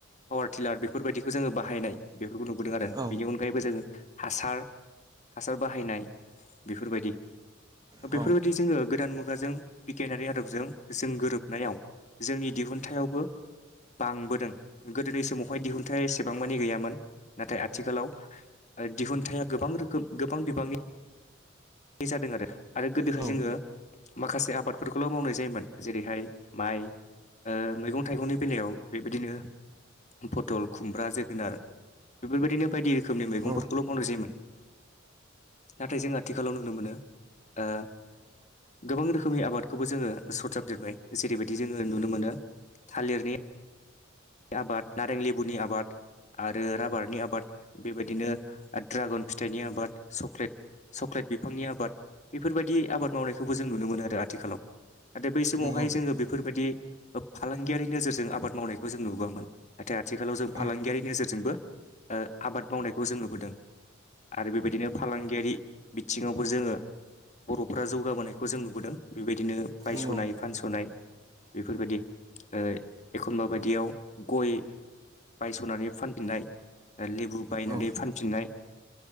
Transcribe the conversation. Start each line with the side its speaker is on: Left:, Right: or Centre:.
Left: पावार टिलार बेफोरबायदिखौ जोङो बा हायनाय बेफोरखौ नुबोदों आरो
Right: औ
Left: बेनि अनगायैबो जोङो हासार हासार बाहायनाय बेफोरबायदि
Right: औ
Left: बेफोरबायदि जोङो गोदान मुगाजों बिगियानारि आदबजों जों गोरोबनायाव जोंनि दिहुनथायावबो बांबोदों गोदोनि समावहाय दिहुनथाय इसे बांमानि गैयामोन नाथाय आथिखालाव ओ दिहुथाया गोबां रोखोम गोबां बिबांनि नि जादों आरो आरो गोदोहाय
Right: औ
Left: जोङो
Right: औ
Left: माखासे आबादफोरखौल' मावनाय जायोमोन जेरैहाय माइ ओ मैगं थाइगंनि बेलायाव बेबायदिनो पटल खुमब्रा जोगोनार बेफोरबायदिनो बायदि रोखोमनि मैगंफोरखौल'
Right: औ
Left: मावनाय जायोमोन नाथाय जों आथिखालाव नुनो मोनो ओ गोबां रोखोमनि आबादखौबो जोङो सरजाबदेरबाय जेरैबायदि जोङो नुनो मोनो थालिरनि आबाद नारें लेबुनि आबाद आरो राबारनि आबाद बेबायदिनो ड्रागन फिथाइनि आबाद चक्लेट चक्लेट बिफांनि आबाद बेफोरबायदि आबाद मावनायखौबो जों नुनो मोनो आरो आथिखालाव नाथाय बै समावहाय
Right: नंगौ
Left: जोङो बेफोरबायदि फालांगियारि नोजोरजों आबाद मावनायखौ जों नुबोआमोन नाथाय आथिखालाव जों
Right: औ
Left: फालांगियारि नोजोरजोंबो ओ आबाद मावनायखौ जों नुबोदों आरो बेबायदिनो फालांगियारि बिथिङावबो जोङो बर'फोरा जौगाबोनायखौ जों नुबोदों बेबायदिनो बायस'नाय
Right: नंगौ
Left: फानस'नाय बेफोरबायदि ओ एखनबा बायदियाव गय बायस'नानै फानफिननाय लेबु बायनानै
Right: औ
Left: फानफिननाय